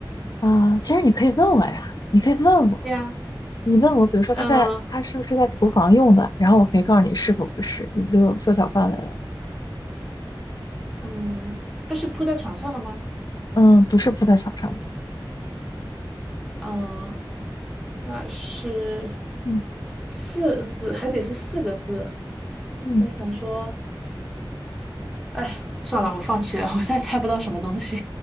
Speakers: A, on the left; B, in the centre.
A: 啊，其实你可以问我呀，你可以问我，
B: 对呀，
A: 你问我，比如说它在它是不是在厨房用的，
B: 嗯。
A: 然后我可以告诉你是否不是，你不就有缩小范围了？
B: 嗯，它是铺在床上的吗？
A: 嗯，不是铺在床上的。
B: 嗯，那是
A: 嗯。
B: 四个字，还得是四个字。
A: 嗯
B: 我想说，哎，算了，我放弃了，<laughs> 我再猜不到什么东西。